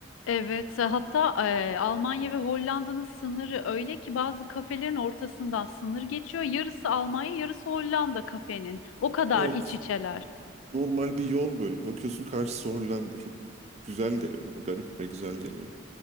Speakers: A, on the left (about 85°); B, on the right (about 35°).
A: Evet, hatta e, Almanya ve Hollanda'nın sınırı öyle ki bazı kafelerin ortasından sınır geçiyor. Yarısı Almanya, yarısı Hollanda kafenin. O kadar
B: Evet.
A: iç içeler.
B: Normal bir yol böyle. Bakıyorsun karşısı Hollanda. Çok güzel geliyor bana. Garip ve güzel geliyor.